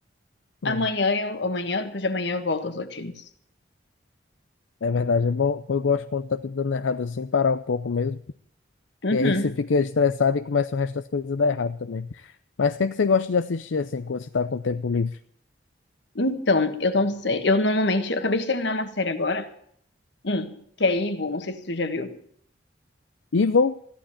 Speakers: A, on the left (about 80°); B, on the left (about 65°).
A: Hum,
B: Amanhã eu, amanhã, depois de amanhã eu volto às rotinas.
A: é verdade, é bom. Eu gosto quando tá tudo dando errado assim, parar um pouco mesmo.
B: Uhum.
A: E aí você fica estressado e começa o resto das coisas a dar errado também. Mas o que é que você gosta de assistir assim, quando você tá com tempo livre?
B: Então, eu não sei. Eu normalmente, eu acabei de terminar uma série agora, hum, que é Evil, não sei se tu já viu.
A: Evil?